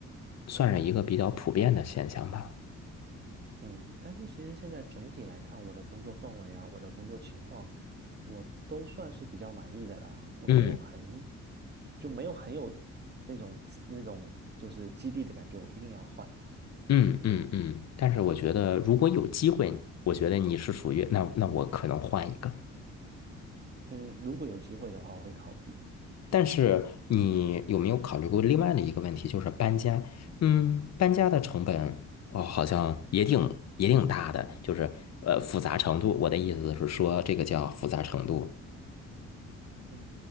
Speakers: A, on the left; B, on the right.
A: 算是一个比较普遍的现象吧。
B: 嗯，但是其实现在总体来看，我的工作氛围啊，我的工作情况，我都算是比较满意的啦，就没有很，
A: 嗯
B: 就没有很有那种那种就是激励的感觉，我一定要换。
A: 嗯嗯嗯，但是我觉得如果有机会，我觉得你是属于那那我可能换一个。
B: 嗯，如果有机会的话，我会考虑。
A: 但是你有没有考虑过另外的一个问题，就是搬家？嗯，搬家的成本哦，好像也挺也挺大的，就是呃复杂程度。我的意思是说，这个叫复杂程度。
B: 嗯，